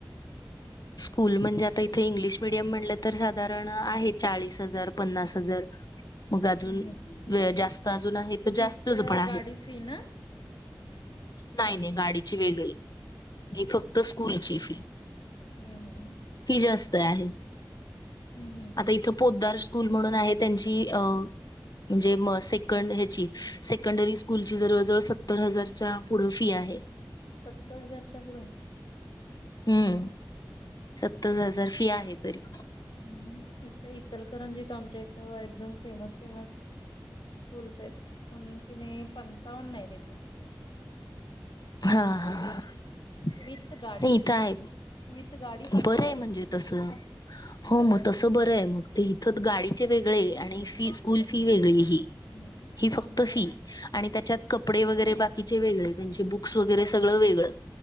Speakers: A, on the left (about 55°); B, on the left (about 85°).
A: स्कूल म्हणजे, आता इथं इंग्लिश मिडियम म्हणलं तर, साधारण आहे, चाळीस हजार, पन्नास हजार. मग अजून,
B: हं, हं.
A: व जास्त अजून आहे, त
B: विथ
A: जास्तचं <unintelligible> आहेत.
B: गाडी फी ना?
A: नाही नाही गाडीची वेगळी, ही फक्त स्कूलची, फी.
B: हम्म हम्म हम्म.
A: फी जास्त आहे
B: हं, हं, हं.
A: आता इथं पोदार स्कूल म्हणून आहे, त्यांची अ म्हणजे म सेकंड ह्याची सेकंडरी स्कूलची जवळजवळ सत्तर हजारच्या पुढं फी आहे.
B: सत्तर हजारच्या, पुढं?
A: हम्म, सत्तज हजार, फी आहे तरी.
B: हम्म इथं इचलकरंजीत आमच्या इथं एकदम फेमस फेमस स्कूलसहित पण की नही, पंचावन्न ये तिथं.
A: हा हा हा, नही
B: विथ गाडी,
A: इथं आहे,
B: विथ गाडी
A: बरंय य म्हणजे
B: आहे.
A: तसं हो मग तसं बरं आहे मग ते इथं गाडीचे वेगळे आणि फी स्कूल फी वेगळी ही,
B: हं.
A: ही फक्त
B: आमच्या
A: फी आणि त्याच्यात कपडे वगैरे बाकीचे वेगळे, त्यांचे बुक्स वगैरे सगळं वेगळं